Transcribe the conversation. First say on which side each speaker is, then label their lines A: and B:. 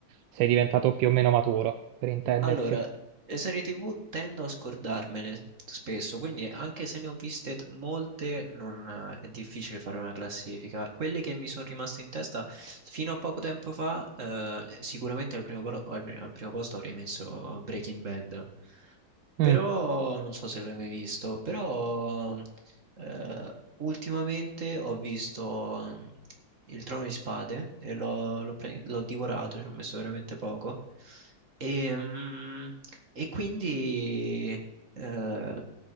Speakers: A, on the right (about 75°); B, on the right (about 40°).
A: sei diventato più o meno maturo, per intenderci.
B: Allora, le serie TV tendo a scordarmele spesso, quindi anche se ne ho viste t- molte, non eh, è difficile fare una classifica. Quelle che mi sono rimaste in testa fino a poco tempo fa, eh, sicuramente al primo, po- al- al primo posto avrei messo Breaking Bad.
A: Mm.
B: Però non so se l'hai mai visto, però eh, ultimamente ho visto mm, Il Trono di Spade e l'ho l'ho pre- l'ho divorato, ci ho messo veramente poco. E, mm, e quindi eh,